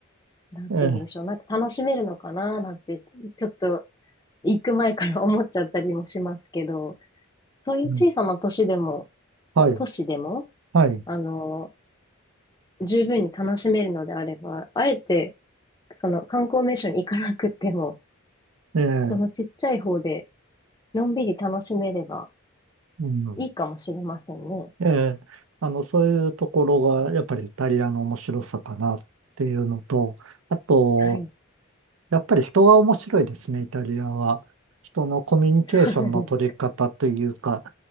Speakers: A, on the left; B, on the right.
A: なんて言うんでしょう。
B: ええ、
A: なんか楽しめるのかななんて、ちょっと行く前から思っちゃったりもしますけど、そういう小さな都市でも、
B: うん、はい、
A: と都市でも、
B: はい。
A: あの、十分に楽しめるのであれば、あえて、その観光名所に行かなくても、
B: ええ、
A: そのちっちゃい方で、のんびり楽しめれば、
B: うん、
A: いいかもしれませんね。
B: ええ、あの、そういうところが、やっぱりイタリアの面白さかなっていうのと、あと、
A: はい。
B: やっぱり人が面白いですね、イタリアは。人のコミュニケーションの取り方というか、
A: そうなんですか。